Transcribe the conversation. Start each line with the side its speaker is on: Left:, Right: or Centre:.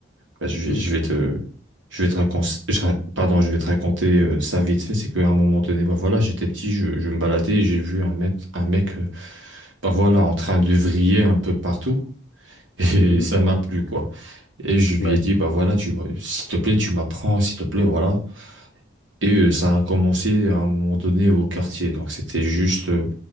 Right: Bah, je vais,
Left: Mhm.
Right: je vais te, je vais te raconter, pardon, je vais te raconter euh, ça vite fait. C'est qu'à un moment donné, bah voilà, j'étais petit, je, je me baladais et j'ai vu un mec, un mec, euh, bah voilà, en train de vriller un peu partout et
Left: Mhm.
Right: <laughs> ça m'a plu quoi. Et je lui
Left: Ouais,
Right: ai dit, bah voilà, tu me- s'il te plaît, tu m'apprends, s'il te plaît, voilà. Et euh, ça a commencé à un moment donné au quartier. Donc c'était juste euh,